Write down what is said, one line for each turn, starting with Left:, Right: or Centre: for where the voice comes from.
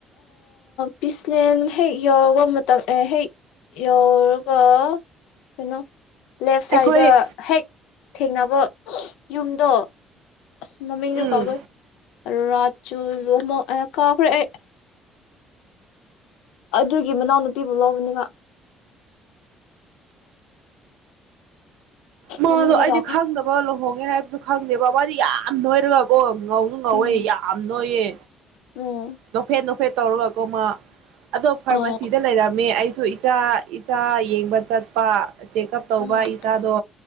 Left: ꯄꯤꯁꯂꯦꯟ ꯍꯦꯛ ꯌꯧꯔꯒ ꯃꯇꯝ ꯍꯦꯛ ꯌꯧꯔꯒ ꯀꯩꯅꯣ ꯂꯦꯐꯠ
Right: ꯑꯩꯈꯣꯏ
Left: ꯁꯥꯏꯗ ꯗꯥ ꯍꯦꯛ꯫ ꯊꯦꯡꯕꯥ ꯌꯨꯃꯗꯨ꯫ ꯑꯁ ꯃꯥꯃꯤꯡ
Right: ꯎꯝ
Left: ꯗꯨ ꯀꯥꯎꯒ꯭ꯔꯦ꯫ ꯔꯥꯖꯨ ꯂꯣꯝꯃꯥ ꯑꯦꯍꯍ ꯀꯥꯎꯒ꯭ꯔꯦ ꯑꯩ꯫ ꯑꯗꯨꯒꯤ ꯃꯅꯥꯎ ꯅꯨꯄꯤ ꯕꯨ ꯂꯧꯕꯅꯦ ꯃꯥ꯫
Right: ꯃꯥ
Left: ꯃꯃꯤꯡꯗꯤ
Right: ꯗꯨ ꯏꯩꯗꯤ
Left: ꯀꯥꯎꯈ꯭ꯔꯦ
Right: ꯈ꯭ꯪꯗꯦꯕꯥ ꯂꯨꯍꯣꯡꯉꯦ ꯍꯥꯏꯕꯥꯗꯨ ꯈ꯭ꯪꯗꯦ ꯕꯥ ꯃꯥ ꯗꯤ ꯌꯥꯝ ꯅꯣꯏꯔꯥꯒꯥ ꯀꯣ꯫ ꯉꯣꯎ ꯁꯨ ꯉꯣꯎꯏ
Left: ꯎꯝ
Right: ꯌꯝꯝ ꯅꯣꯏꯌꯦ꯫
Left: ꯎꯝ
Right: ꯅꯣꯒꯀꯐꯦꯠ ꯅꯣꯒꯀꯐꯦꯠ꯫ ꯇꯩꯔꯒꯥ ꯀꯣ ꯃꯥ꯫ ꯑꯗꯨ ꯐꯥꯔꯃꯥꯁꯤ
Left: ꯑꯣ
Right: ꯗꯥ ꯂꯦꯏꯔꯃꯦ ꯏꯁꯨ ꯑꯦꯆꯥ ꯏ ꯑꯤꯆꯥ ꯌꯦꯡꯕꯥ ꯆ꯭ꯠꯄꯥ꯫ ꯆꯦꯀꯑꯞ ꯇ꯭ꯕꯥꯕꯥ
Left: ꯎꯝ
Right: ꯑꯤꯆꯥ ꯗꯨ